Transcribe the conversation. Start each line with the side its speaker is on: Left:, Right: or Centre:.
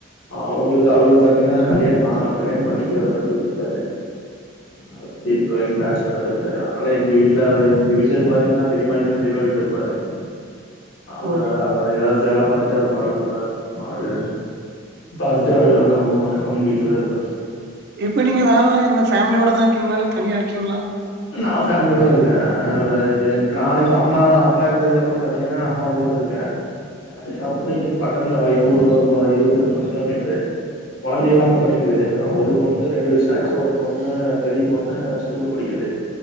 Left: அவுங்ளுக்கு அவருக் பாத்தீங்ன்னா கல்யாணமாகால கல்யாண பண்ணிக்ல அவுரு அப்டி விட்டுட்டாரு அதுலந்து இப்ப வரைக்கு பேச்சுலரவே இருக்காரு அதனால எங்க வீட் ட்ல அவரு எங்க வீட்ல இருப்பாரு இல்னா பெரிமா இன்னொரு பெரிமா வீட்ல இருப்பாரு அவரு
Right: ஓ
Left: எதாவ்து வேல செய்லாம் பாத்துட்டே அவர் பாட்னு இருப்பாரு அவரு பாத்துட்டு அவரு கம்மு கம்முன் வீட்லியே தா இருப்பாரு
Right: இப்ப நீங்க வேலலா எங்க ஃபேமிலியோட தா இருக்கீங்ளா இல்ல தனியா இருக்கீங்ளா
Left: நா ஃபேமிலியோட தா இருக்க நா இது வந்து பிளான்னே இப்ப அம்மா அப்பா எறந்ததுக்கப் அப்புறம் பாத்தீங்ன்னா அம்மா கூட வந்திருக்க அதுக்கு தா ப்ரோ இங்கிருந்து பக்கத்ல ஒய்ஃப்பு ஊருக்கு இருவத்து முப்பது கிலோமீ்ட்ரு கொழந்தைகளா அங்க படிக்குது ஒரு கொழந்த ரெண்டு வய்சுதாச்சு ஒரு பொண்ணு பெரிய பொண்ணு ஸ்கூல்ல படிக்குது